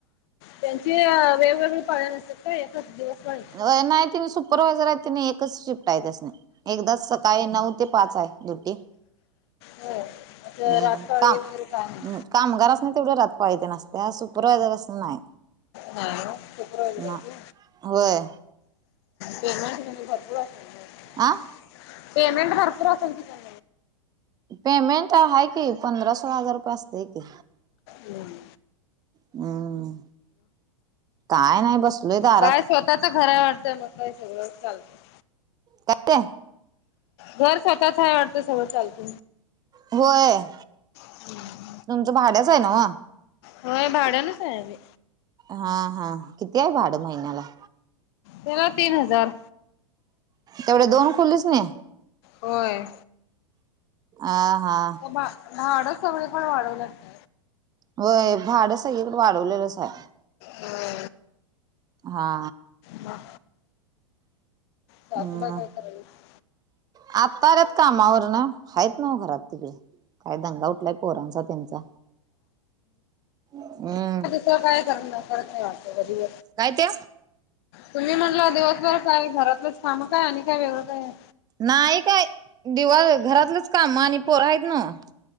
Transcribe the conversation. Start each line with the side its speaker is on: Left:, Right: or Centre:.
Left: त्यांचे वेगवेगळे पाळी वस्त्यांत होय एकच दिवस पाळी?
Right: होय नाही त्यांनी सुपरवा्हायझर आहे तिने एकच शिफ्ट आहे त्यासनी एकदास सकाळी नऊ ते पाच आहे ड्युटी,
Left: हो आता
Right: हम्म
Left: रातपाळी
Right: काम
Left: वगैरे काय
Right: हम्म
Left: नाही
Right: कामगारांसनी तेवढ रात्रपाळी तेच आसतीया सुपरवा्हायझरासनी नाही,
Left: हा शुक्रवारी जातोय
Right: ना होय
Left: पेमेंट म्हणजे भरपूर असतंय तेनासनी
Right: आं
Left: पेमेंट भरपूर आसलं कि तूझा
Right: पेमेंट आहे कि पंधरा सोळा हजार रुपये असतंय येतंय
Left: होय
Right: हम्म काय नाही बसलोय दारात
Left: काय स्वतःच घर आहे वाटतं मग काय सगळंच चालतं
Right: काय ते
Left: घर स्वतःच आहे वाटतं सगळं चालत
Right: होय
Left: <unintelligible>
Right: तुमचं भाड्याच आहे नव्हं?
Left: होय भाड्यानचं आहे आम्ही
Right: हा हा किती आहे भाडं महिन्याला?
Left: तेला तीन हजार
Right: तेवढ्या दोन खोलीसनी?
Left: होय
Right: आ हा
Left: मग मग भाडंच तेवढी कर वाढवल्यात
Right: होय भांडं सगळीकडे वाढवलेलंच आहे,
Left: होय
Right: हा
Left: मग सासूबाई
Right: हम्
Left: काय कराल्यात?
Right: आत्ता आल्यात कामावरन हाईत न्हंवं घरात तिकडे काय दंगा उठलाय पोरांचा त्यांचा हम्म
Left: आता काय करणार करत नाही वाटत कधी
Right: काय ते
Left: तुम्ही म्हणलं दिवसभर काय घरातलंच काम काय आणि काय वेगळं काय आहे?
Right: नाही काय दिवाळी घरातलंच काम आणि पोर आहित नव्हं